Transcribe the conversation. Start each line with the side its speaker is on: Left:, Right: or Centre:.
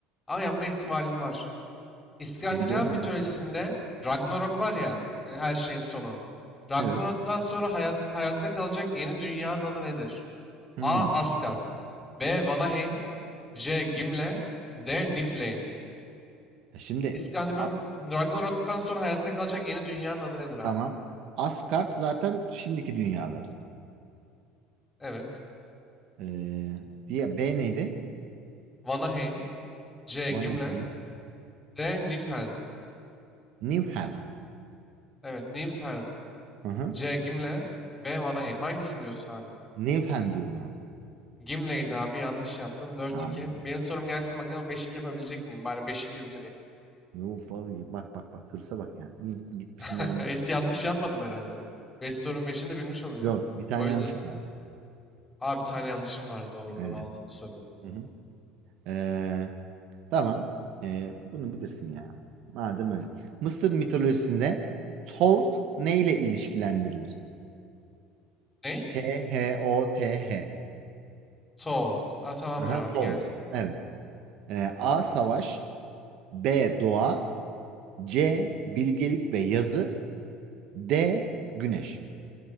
Left: Ama yapma ihtimalin var. İskandinav
Right: Belli olmuyor.
Left: mitolojisinde Ragnarok var ya e, her şeyin sonu. Ragnarok'tan
Right: Evet.
Left: sonra hayat, hayatta kalacak yeni dünyanın adı nedir?
Right: Hmm.
Left: A. Asgard B. Vanaheim C. Gimle D. Niflheim
Right: E Şimdi
Left: İskandinav
Right: A-
Left: Ragnarok'tan sonra hayatta kalacak yeni dünyanın adı nedir abi?
Right: tamam. Asgard zaten şimdiki dünyaları.
Left: Evet.
Right: Ee, diye B neydi?
Left: Vanaheim C.
Right: Vanaheim.
Left: Gimle D. Niflheim
Right: Niflheim.
Left: Evet, Niflheim.
Right: Hı hı.
Left: C. Gimle. B. Vanaheim. Hangisini diyorsun abi?
Right: Niflheim diyorum abi.
Left: Gimle'ydi abi yanlış yaptın. dört
Right: Aman
Left: iki.
Right: be.
Left: Benim sorum gelsin bakalım beş iki yapabilecek miyim? Bari beş iki bitireyim.
Right: Uf, abi, bak bak bak hırsa bak yani. İyi, Gitmişim
Left: <laughs>
Right: bana.
Left: Hiç yanlış yapmadım herhalde ben. 5 sorunun 5'ini de bilmiş olacağım.
Right: Yok bir tane
Left: O yüzden.
Right: yanlışım var.
Left: Abi bir tane yanlışım var. Doğru
Right: Evet.
Left: doğru. 6. soru.
Right: Hı hı. Ee, tamam. Ee, bunu bilirsin ya. Madem öyle. Mısır mitolojisinde Thoth neyle ilişkilendirilir?
Left: Ney?
Right: T-H-O-T-H.
Left: Soğut. Aa tamamdır
Right: Aha,
Left: abi
Right: Thoth.
Left: gelsin.
Right: Evet. Ee, A. Savaş B. Doğa C. Bilgelik ve yazı D. Güneş.